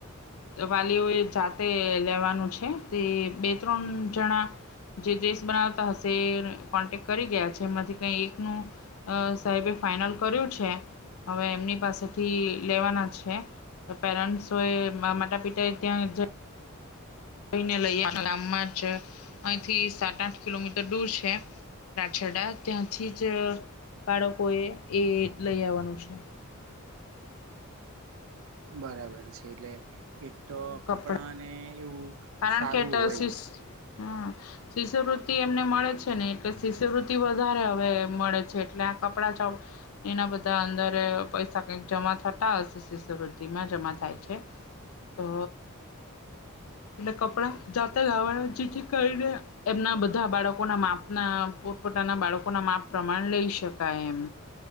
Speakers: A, on the left; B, on the right.
A: વાલીઓ જાતે લેવાનું છે તે બે ત્રણ જણા. જે ડ્રેસ બનાવતા હશે એ કોન્ટેક કરી ગયા છે એમાંથી કઈ એકનું સાહેબે ફાાઈનલ કર્યું છે હવે એમની પાસેથી લેવાના છે પેરેન્ટ્સ એ માતા પિતા એ ત્યાં જ લઈને લઈએ ગામમાં જ અહીંથી સાત આઠ કિલોમીટર દૂર છે રાછડા ત્યાંથી જ બાળકો એ એ લઈ આવવાનું છે
B: બરાબર છે એટલે એક તો કપડાને
A: કપડા
B: એવું
A: કારણ
B: સારું
A: કે
B: હોય
A: શિષ હા શિષ્યવૃત્તિ એમને મળે છે ને એટલે શિષ્યવૃત્તિ વધારે હવે મળે છે એટલે કપડા ચાવ એના બધા અંદરે પૈસા કઈક જમા થતા શિષ્યવૃતિમાં જમા થાય છે તો એટલે કપડા જાતે લાવાના જેથી કરીને એમના બધા બાળકોના માપના પો પોતા ના બાળકો ના માપ પ્રમાણ લઈ શકાય એમ